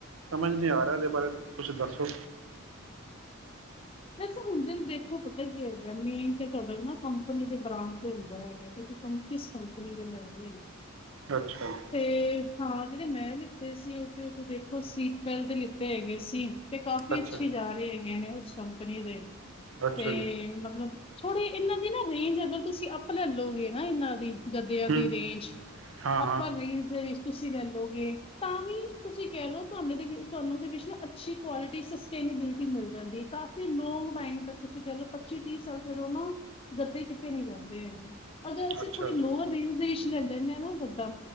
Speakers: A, on the right; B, on the left.
A: ਸਮਝ ਨਹੀਂ ਆ ਰਹੀ ਇਹ ਦੇ ਬਾਰੇ ਕੁਛ ਦੱਸੋ
B: ਵੈਸੇ ਹੁੰਦੇ ਦੇਖੋ ਪਤਾ ਕੀ ਹੈਗਾ ਮੇਨ ਤੇ ਤੁਹਾਡਾ ਨਾ ਕੰਪਨੀ ਦੇ ਬ੍ਰਾਂਡ ਤੇ ਹੁੰਦਾ ਹੈਗਾ ਤੁਸੀਂ ਕਿਸ ਕੰਪਨੀ ਦੇ ਲੈ ਰਹੇ ਹੈਗੇ
A: ਅੱਛਾ
B: ਤੇ ਹਾਂ ਜਿਹੜੇ ਮੈਂ ਲਿੱਤੇ ਸੀ ਉੱਥੇ ਦੇਖੋ ਸਲੀਪਵੈਲ ਦੇ ਲਿੱ ਹੈਗੇ ਸੀ ਤੇ ਕਾਫੀ
A: ਅੱਛਾ
B: ਅੱਛੀ ਜਾ ਰਹੇ ਹੈਗੇ ਨੇ ਕੰਪਨੀ ਦੇ
A: ਅੱਛਾ
B: ਤੇ
A: ਜੀ
B: ਮਤਲਬ ਥੋੜੇ ਇਹਨਾਂ ਦੀ ਨਾ ਰੇਂਜ ਅਗਰ ਤੁਸੀਂ ਅੱਪ ਲੈ ਲੋਗੇ ਨਾ ਇਹਨਾਂ ਦੀ ਗੱਦਿਆਂ ਦੀ
A: ਹੂੰ
B: ਰੇਂਜ
A: ਹਾਂ ਹਾਂ
B: ਅੱਪਰ ਰੇਂਜ ਦੇ ਵਿੱਚ ਤੁਸੀ ਲੇ ਲੋਗੇ ਤਾਂ ਵੀ ਤੁਸੀਂ ਕਹਿ ਲਓ ਤੁਹਾਡੇ ਤੁਹਾਨੂੰ ਉਹਦੇ ਵਿੱਚ ਨਾ ਅੱਛੀ ਕੁਆਲਿਟੀ ਸਸਟੇਨੇਬਿਲਿਟੀ ਮਿਲ ਜਾਂਦੀ ਹੈ ਕਾਫੀ ਲੋਂਗ ਟਾਈਮ ਤੱਕ ਤੁਸੀਂ ਕਹਿ ਲਓ ਪੱਚੀ ਤੀਹ ਸਾਲ ਫਿਰ ਉਹ ਨਾ ਗੱਦੇ ਕਿਤੇ ਨ ਜਾਂਦੇ ਹੈਗੇ ਅਗਰ ਅਸੀਂ
A: ਅੱਛਾ
B: ਥੋੜ੍ਹੀ ਲੋਅਰ ਰੇਂਜ ਦੇ ਵਿੱਚ ਲੈ ਲੈਨੇ ਹਾਂ ਨਾ ਗੱਦਾ